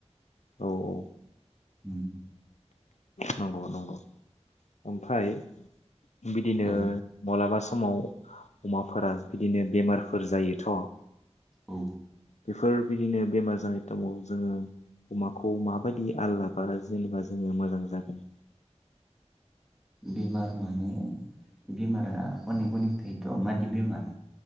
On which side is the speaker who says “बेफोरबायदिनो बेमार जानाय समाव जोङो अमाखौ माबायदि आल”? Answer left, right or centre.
Left